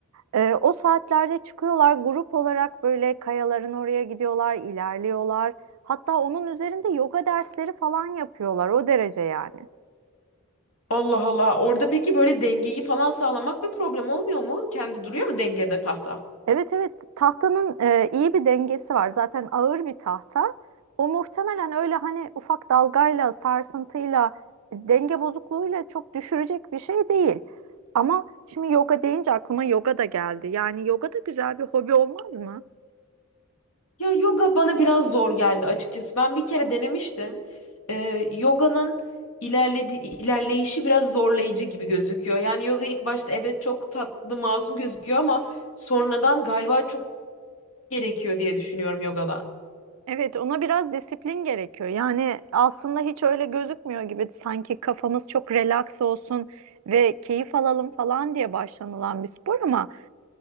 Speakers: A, on the right (about 75°); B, on the left (about 85°).
A: Ee, o saatlerde çıkıyorlar grup olarak böyle kayaların oraya gidiyorlar, ilerliyorlar. Hatta onun üzerinde yoga dersleri falan yapıyorlar o derece yani.
B: Allah Allah. Orada peki böyle dengeyi falan sağlamak bir problem olmuyor mu? Kendi duruyor mu dengede tahta?
A: Evet evet tahtanın e, iyi bir dengesi var. Zaten ağır bir tahta. O muhtemelen öyle hani ufak dalgayla, sarsıntıyla, denge bozukluğuyla çok düşürecek bir şey değil. Ama şimdi yoga deyince aklıma yoga da geldi. Yani yoga da güzel bir hobi olmaz mı?
B: Ya yoga bana biraz zor geldi açıkçası. Ben bir kere denemiştim. Ee, yoga'nın ilerledi ilerleyişi biraz zorlayıcı gibi gözüküyor. Yani yoga ilk başta evet çok tatlı, masum gözüküyor ama sonradan galiba çok gerekiyor diye düşünüyorum yogada.
A: Evet, ona biraz disiplin gerekiyor. Yani aslında hiç öyle gözükmüyor gibi sanki kafamız çok relax olsun ve keyif alalım falan diye başlanılan bir spor ama